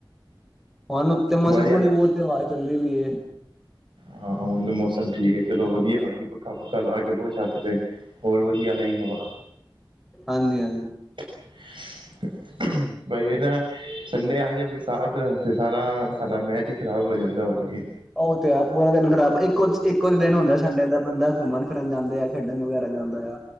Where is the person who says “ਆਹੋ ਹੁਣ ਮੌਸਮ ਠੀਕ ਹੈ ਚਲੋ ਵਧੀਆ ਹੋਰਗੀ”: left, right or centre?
Right